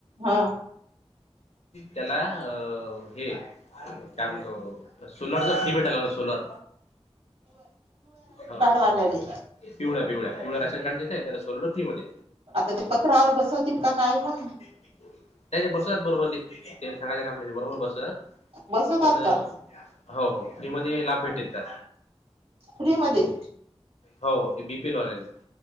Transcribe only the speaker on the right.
हा
पालेले.
आता ते पत्रावर बसवतील का काय मग.
बसवतात
का
फ्री मध्ये.